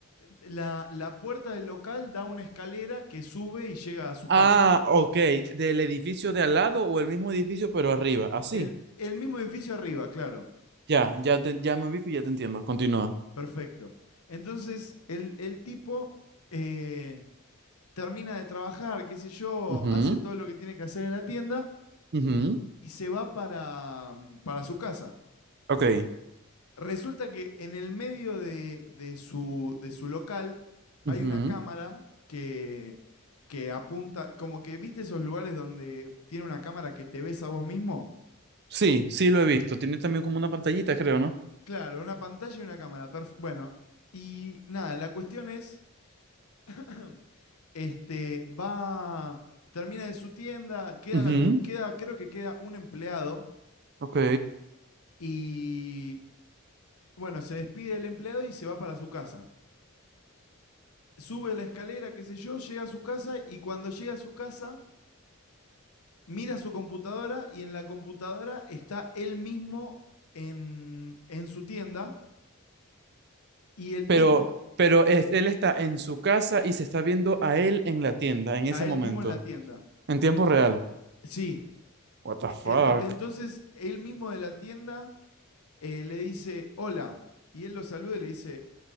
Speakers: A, on the left; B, on the right.
A: la, la puerta del local da una escalera que sube y llega a su
B: Ah,
A: casa.
B: ok, del edificio de al lado o el mismo edificio pero arriba, así.
A: El, el mismo edificio arriba, claro.
B: Ya, ya, te- ya me ubico y ya te entiendo, continúa.
A: Perfecto. Entonces, el, el tipo eh, termina de trabajar, qué sé yo,
B: Ujú,
A: hace todo lo que tiene que hacer en la tienda
B: ujú,
A: y se va para, mm, para su casa.
B: Ok.
A: Resulta que en el medio de, de su, de su local
B: ujú.
A: hay una cámara que, que apunta, como que viste esos lugares donde tiene una cámara que te ves a vos mismo.
B: Sí, sí lo he visto. Tiene también como una pantallita, creo, ¿no?
A: Claro, una pantalla y una cámara. perf- Bueno, y nada, la cuestión es, <clears throat> este, va, termina de su tienda, quedan
B: Ujú,
A: algún, queda, creo que queda un empleado
B: Ok.
A: Y bueno, se despide el empleado y se va para su casa. Sube la escalera, qué sé yo, llega a su casa y cuando llega a su casa, mira su computadora y en la computadora está él mismo en, en su tienda y el
B: Pero,
A: tipo
B: pero es- él está en su casa y se está viendo a él en la tienda en ese
A: a él
B: momento,
A: mismo en la tienda.
B: en tiempo real.
A: Sí.
B: What the
A: E-
B: fuck?
A: ento- entonces, él mismo de la tienda eh, le dice, hola. Y él lo saluda y le dice,